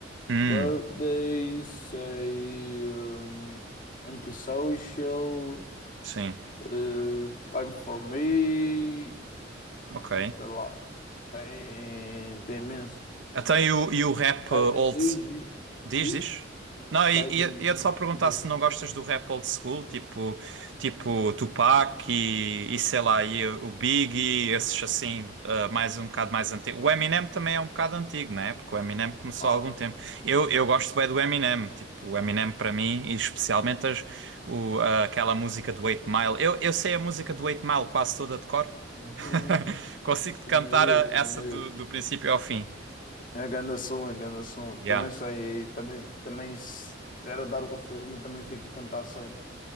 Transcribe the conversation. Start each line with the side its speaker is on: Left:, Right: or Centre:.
Right: Hum,
Left: Birthday, sei, hum, Antisocial,
Right: sim,
Left: eh, Time for Me,
Right: ok.
Left: sei lá, tem, tem imensos.
Right: Até e o, e o rap
Left: Bad
Right: uh, old.
Left: and Bougie,
Right: Diz,
Left: diz?
Right: diz. Não, e
Left: Bad
Right: e-
Left: and
Right: e ia-te
Left: Bougie,
Right: só perguntar
Left: diz
Right: se não gostas do rap old school, tipo, tipo Tupac e, e sei lá, e o Biggie, esses assim, ah, mais um bocado mais antigo. O Eminem também é um bocado antigo, não é? Porque o Eminem começou
Left: Ah,
Right: há algum tempo. Eu, eu gosto bem do Eminem, tipo, o Eminem para mim, e especialmente as, o, ah, aquela música do 8 Mile. Eu, eu sei a música do 8 Mile quase toda de cor.
Left: <laughs> Uhum.
Right: <laughs> Consigo-te
Left: Também
Right: cantar a-
Left: eu, também
Right: essa do,
Left: eu.
Right: do princípio ao fim.
Left: é grande som, é grande som. Também
Right: Yeah.
Left: sei, também, também se tiver a dar o filme, também fico a cantar sempre.